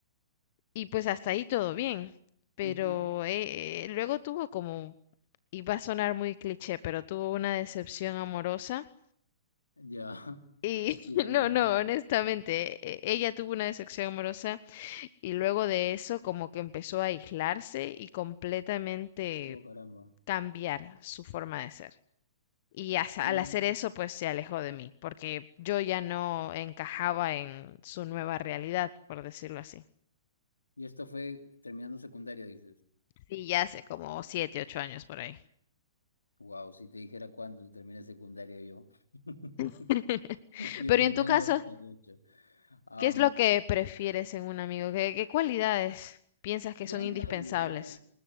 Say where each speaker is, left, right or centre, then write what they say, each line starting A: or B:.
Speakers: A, on the left; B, on the left.
A: Y pues hasta ahí todo bien, pero
B: ujú,
A: eh, luego tuvo como, y va a sonar muy cliché, pero tuvo una decepción amorosa.
B: Ya. <laughs>
A: Y
B: Sí,
A: <laughs>
B: suena
A: no,
B: cliché.
A: no, honestamente, e- ella tuvo una decepción amorosa y luego de eso como que empezó a aislarse y completamente
B: Oh, caramba.
A: cambiar su forma de ser. Y as-
B: Mm.
A: al hacer eso, pues se alejó de mí, porque yo ya no encajaba en su nueva realidad, por decirlo así.
B: Y esto fue terminando secundaria dices.
A: Y ya hace como siete, ocho años por ahí.
B: Wow, si te dijera cuándo terminé secundaria yo. <laughs>
A: <laughs>
B: Yo
A: Pero
B: terminé
A: ¿y en tu caso,
B: en el 98. Am,
A: ¿qué es lo que prefieres en un amigo? ¿Qué, qué cualidades piensas
B: Yo
A: que son
B: en
A: indispensables?
B: realidad,